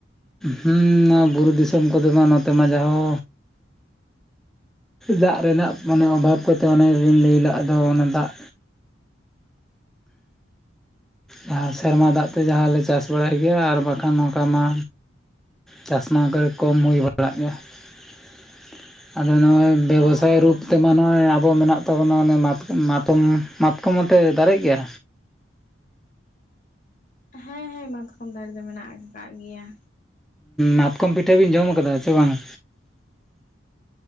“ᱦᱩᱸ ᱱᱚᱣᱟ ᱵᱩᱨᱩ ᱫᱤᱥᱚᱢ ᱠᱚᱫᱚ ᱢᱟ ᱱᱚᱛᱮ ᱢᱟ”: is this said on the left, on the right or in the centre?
Centre